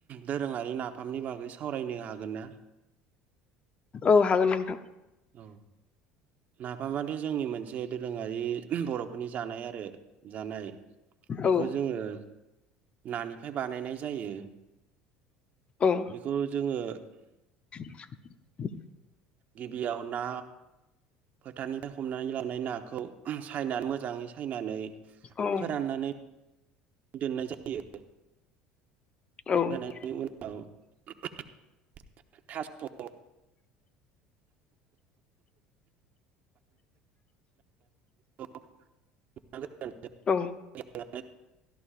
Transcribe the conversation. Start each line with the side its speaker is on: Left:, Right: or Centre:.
Right: दोरोङारि नाफामनि बागै सावरायनो हागोन ना?
Left: औ हागोन नोंथां।
Right: औ नाफामादि जोंनि मोनसे दोरोङारि बर'फोरनि जानाय आरो जानाय बेखौ
Left: औ
Right: जोङो नानिफ्राय बानायनाय जायो।
Left: औ
Right: बेखौ जोङो
Left: <unintelligible>
Right: गिबियाव ना फोथारनिफ्राय हमनानै लानाय ना खौ सायनानै मोजाङै सायनानै
Left: औ
Right: फोराननानै दोननाय जायो। फोराननायनि
Left: औ
Right: उनाव <unintelligible> थास' थास' <unintelligible> <unintelligible> <unintelligible>
Left: औ